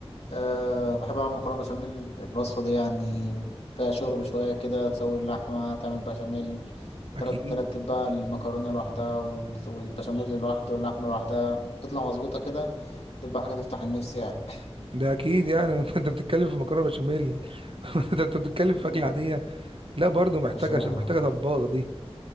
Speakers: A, on the left; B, on the right.
A: أه بحب أعمل مكرونة بشاميل الوصفة دي يعني فيها شغل شوية كده تسوي اللحمة تعمل بشاميل
B: اكيد
A: تر- ترتب بقى المكرونة لوحدها وال- والبشاميل لوحده واللحمة لوحدها بتطلع مظبوطة كده تبقى حاجة تفتح النفس يعني
B: ده اكيد يعني <laughs> انت بتتكلم في مكرونه بشاميل <laughs> ده انت بتتكلم
A: <laughs>
B: في
A: مم.
B: اكل عاديه لا برضه محتاجه
A: يا باشا
B: عشان محتاجه طباخ دي